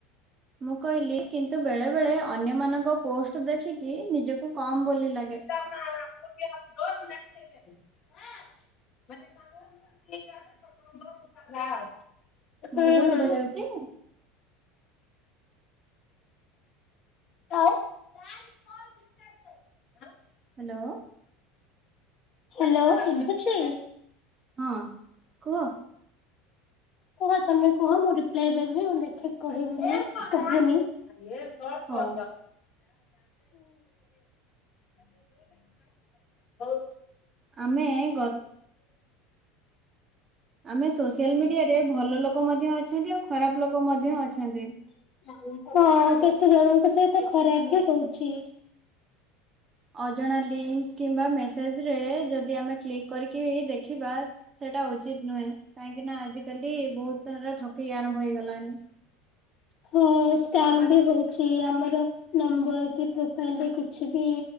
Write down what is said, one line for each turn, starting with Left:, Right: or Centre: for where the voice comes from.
Right: ମୁଁ କହିଲି କିନ୍ତୁ ବେଳେ ବେଳେ ଅନ୍ୟମାନଙ୍କ ପୋଷ୍ଟ କୁ ଦେଖିକି ନିଜକୁ କମ ବୋଲି ଲାଗେ
Left: ଦ <inaudible> <inaudible> ହୁଁ
Right: ମୋ କଥା
Left: ହୁଁ।
Right: ଶୁଭା ଯାଉଛି?
Left: ଆଉ <unintelligible> <inaudible>
Right: ହ୍ୟାଲୋ
Left: ହ୍ୟାଲୋ ଶୁଭୁଛି?
Right: ହଁ କୁହ
Left: କୁହ ତମେ କୁହ ମୁଁ ରିପ୍ଲାଏ ଦେବି ମୁଁ ଦେଖିକି କହିବିନି ଶୁଭୁନି ଏନ୍ ଦୋଟ
Right: ହଉ
Left: କ <inaudible> <inaudible>
Right: ଆମେ ଗ ଆମେ ସୋସିଆଲ ମିଡିଆରେ ଭଲ ଲୋକ ମଧ୍ୟ ଅଛନ୍ତି ଆଉ ଖରାପ ଲୋକ ମଧ୍ୟ ଅଛନ୍ତି।
Left: ହଁ ହଁ କେତେ ଜଣଙ୍କ ସହିତ ଖରାପ ବି ହଉଛି।
Right: ଅଜଣା ଲିଙ୍କ କିମ୍ବା ମେସେଜରେ ଯଦି ଆମେ କ୍ଲିକ୍ କରିକି ଦେଖିବା। ସେଇଟା ଉଚିତ ନୁହେଁ କାହିଁକି ନା ଆଜିିକାଲି ବହୁତ ଥର ଠକେଇି ଆରମ୍ଭ ହେଇଗଲାଣି।
Left: ହଁ ସ୍କାମ ବି ହଉଛି ଆମର। ନମ୍ବର କି ପ୍ରୋଫାଇଲ ରେ କିଛି ବି